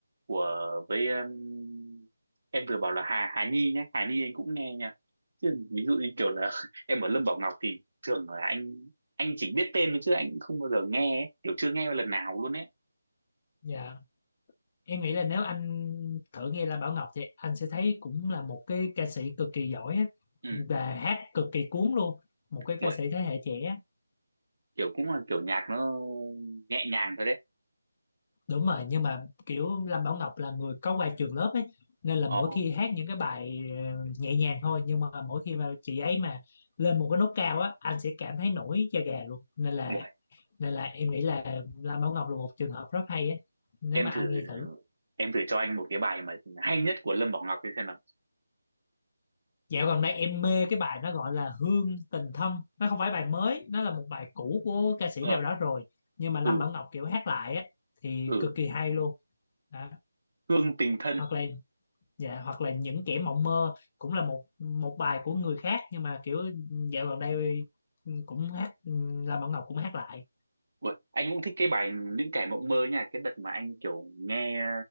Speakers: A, on the right; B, on the left.
A: của với um, em vừa bảo là Hà Hà Nhi nhé Hà Nhi anh cũng nghe nha chứ ví dụ như kiểu là <laughs> em ở Lâm Bảo Ngọc thì thường là anh anh chỉ biết tên thôi chứ anh cũng không bao giờ nghe ấy. kiểu chưa nghe lần nào luôn ấy
B: dạ em nghĩ là nếu anh thử nghe là Bảo Ngọc thì anh sẽ thấy cũng là một cái ca sĩ cực kỳ giỏi á
A: ừ
B: và hát cực kỳ cuốn luôn một cái
A: uầy,
B: ca sĩ thế hệ trẻ á.
A: kiểu cũng là kiểu nhạc nó nhẹ nhàng thôi đấy
B: đúng rồi nhưng mà kiểu Lâm Bảo Ngọc là người có qua trường lớp ấy nên là
A: ờ
B: mỗi khi hát những cái bài ờ, nhẹ nhàng thôi nhưng mà mỗi khi mà chị ấy mà lên một cái nốt cao á anh sẽ cảm thấy nổi da gà luôn nên là
A: uầy,
B: nên là em nghĩ là Lâm Bảo Ngọc là một trường hợp rất hay á nếu
A: em
B: mà
A: thử
B: anh nghe thử
A: em thử cho anh một cái bài mà hay nhất của Lâm Bảo Ngọc đi xem nào
B: Dạo gần đây em mê cái bài nó gọi là Hương Tình Thân Nó không phải bài mới Nó là một bài cũ của ca sĩ
A: ờ
B: nào đó rồi Nhưng mà Lâm
A: ừ
B: Bảo Ngọc kiểu hát lại á Thì
A: ừ
B: cực kỳ hay luôn đó.
A: Hương tình thân
B: Hoặc là dạ, hoặc là Những Kẻ Mộng Mơ Cũng là một một bài của người khác Nhưng mà kiểu dạo gần đây ừ, cũng hát ừ, Lâm Bảo Ngọc cũng hát lại
A: Ủa, anh cũng thích cái bài những kẻ mộng mơ nha cái đợt mà anh kiểu nghe